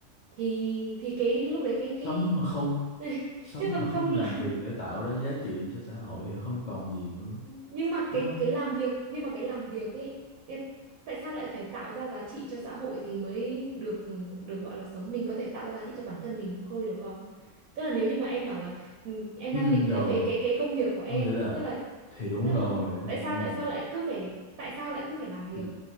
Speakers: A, on the right; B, on the left.
A: thì thì cái lúc đấy cái
B: sống
A: cái
B: mà không
A: <laughs>
B: sống
A: chứ còn
B: mà không
A: không là
B: làm việc để tạo ra giá trị cho xã hội thì không còn gì nữa
A: nhưng mà cái
B: đúng không
A: cái làm việc nhưng mà cái làm việc ấy ê, tại sao lại phải tạo ra giá trị cho xã hội thì mới được được gọi là sống mình có thể tạo ra giá trị cho bản thân mình thôi được không tức là nếu như mà em bảo là ừ, em
B: ừ,
A: đang định
B: rồi
A: nghĩa cái cái cái công việc của em
B: có nghĩa là
A: tức là
B: thì đúng
A: tức
B: rồi
A: là
B: đúng
A: tại
B: rồi
A: sao
B: nhưng
A: tại
B: mà
A: sao lại cứ phải tại sao lại cứ phải làm việc
B: thì,